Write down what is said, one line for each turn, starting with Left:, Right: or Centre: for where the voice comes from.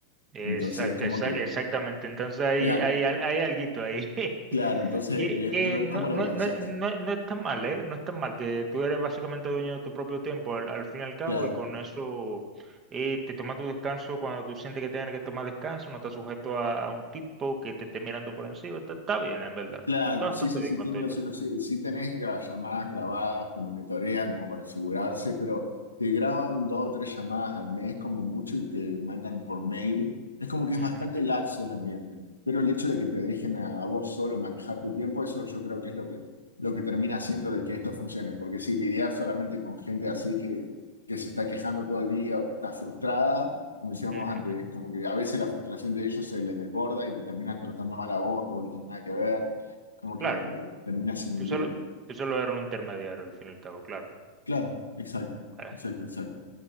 Right: Exact-
Left: Entonces es como
Right: exact-
Left: que,
Right: exactamente. Entonces hay,
Left: es al-
Right: hay, al- hay alguito ahí. <laughs>
Left: claro, entonces
Right: Que,
Left: es,
Right: que
Left: es ver
Right: no,
Left: cómo
Right: no,
Left: lo balanceás.
Right: no, no, no está mal, ¿eh? No está mal, que tú eres básicamente dueño de tu propio tiempo al, al fin y al cabo
Left: Claro,
Right: y con eso eh, te tomas tu descanso cuando tú sientes que tienes que tomar descanso, no estás sujeto a, a un tipo que te esté mirando por encima. Está, está bien, en verdad.
Left: Claro,
Right: Está bastante
Left: sí, sí,
Right: bien
Left: sí,
Right: con
Left: Tienen
Right: todo
Left: los
Right: esto.
Left: suyo, sí, sí tenés gra- llamadas grabadas que monitorean como para asegurarse, pero te graban dos o tres llamadas al mes como mucho y te mandan por mail. Es como que es
Right: Ujú,
Left: bastante laxo el ambiente, pero el hecho de que te dejen a, a vos solo manejar tu tiempo, eso yo creo que es lo que, lo que termina haciendo de que esto funcione, porque si lidiar solamente con gente así que, que se está quejando todo el día o que está frustrada, como decíamos
Right: ujú, ujú,
Left: antes,
Right: ujú.
Left: como que a veces la frustración de ellos se les desborda y te terminan tratando mal a vos, que vos no tenés nada que ver como
Right: Claro,
Left: que eh, termina siendo
Right: tú
Left: un
Right: solo,
Left: lío.
Right: tú solo eres un intermediario al fin y al cabo, claro.
Left: Claro, exacto,
Right: Ah,
Left: exacto, exacto,